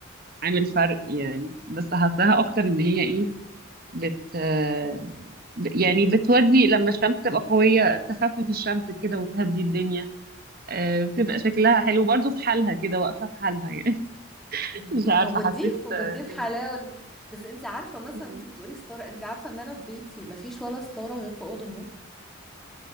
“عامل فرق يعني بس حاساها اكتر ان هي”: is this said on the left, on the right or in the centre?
Right